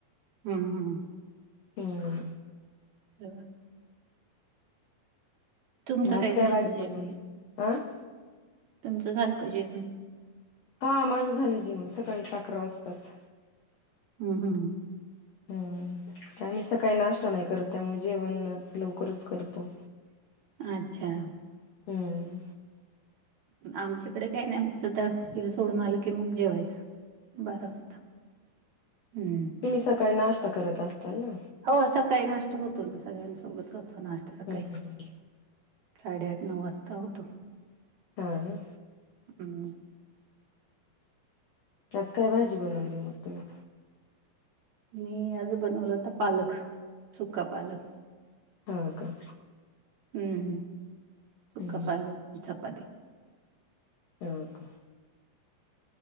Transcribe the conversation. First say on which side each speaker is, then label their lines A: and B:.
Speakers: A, on the right; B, on the left.
A: हम्म हम्
B: हम्म
A: हो. तुमचं
B: माज काय
A: झालं
B: भाजू
A: का जेवण?
B: बनवणे हं.
A: तुमचं झालं का जेव
B: हा माझं झालं जीवन सकाळीच अकरा वाजताच.
A: हम्म हम्म
B: हम्म आम्ही सकाळी नाश्ता नाही करत त्यामुळे जेवणच लवकरच करतो.
A: अच्छा.
B: हम्म
A: आमच्याकडे काही नाही आमचं तर तिला सोडून आलं की मग जेवायचं. बारा वाजता. हम्म.
B: तुम्ही सकाळी नाश्ता करत असताल ना?
A: हो सकाळी नाष्टा होतो ना सगळ्यांसोबत होतो नाष्टा सकाळी.
B: हम्म हम्म हम्म
A: साडेआठ नऊ वाजता होतो.
B: हा न
A: हम्म
B: आज काय भाजी बनवली मग तुम्ही?
A: मी आज बनवलं होत पालक सुका पालक.
B: हा का.
A: हम्म
B: हम्म
A: सुकाापाले
B: हम्म
A: चपाती.
B: हो का?